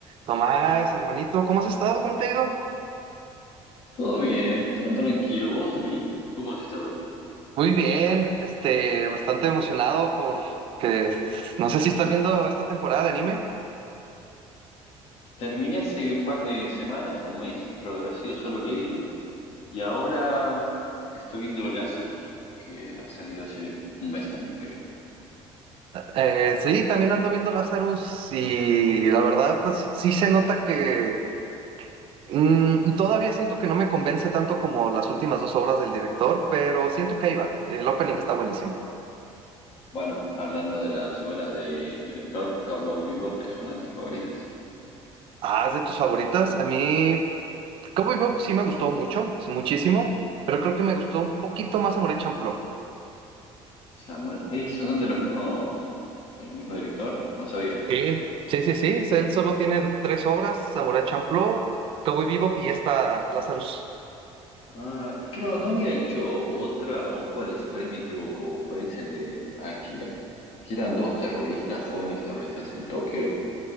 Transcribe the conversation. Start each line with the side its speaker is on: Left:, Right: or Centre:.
Right: Tomás, hermanito, ¿cómo has estado? ¿Cómo te ha ido?
Left: Todo bien, todo tranquilo. ¿Vos, Dominic? ¿Cómo has estado?
Right: Muy bien, este, bastante emocionado por que no sé si estás viendo esta temporada de anime.
Left: Terminé hace un par de semanas o un mes, creo que habrá sido solo Leveling, y ahora estoy viendo Lazarus, que ha salido hace un mes también, creo.
Right: Eh, sí, también ando viendo Lazarus y la verdad, pues sí se nota que mm, todavía siento que no me convence tanto como las últimas dos obras del director, pero siento que ahí va. El opening está buenísimo.
Left: Bueno, hablando de las obras del director, Cowboy Bebop es una de mis favoritas.
Right: Ah, es de tus favoritas. A mí, como yo, sí me gustó mucho, sí, muchísimo, pero creo que me gustó un poquito más Amore Champloo.
Left: Samuel- ¿es- ¿Son de los mismos, el mismo director? No sabía.
Right: Sí, sí, sí, sí. Él solo tiene tres obras, Samurai Champloo, Cowboy Bebop y esta, Lazarus.
Left: Ah, creo, no había hecho otra, o cuál es, por ahí me equivoco, por ahí es el de Akira, que eran dos terroristas, jóvenes terroristas en Tokio,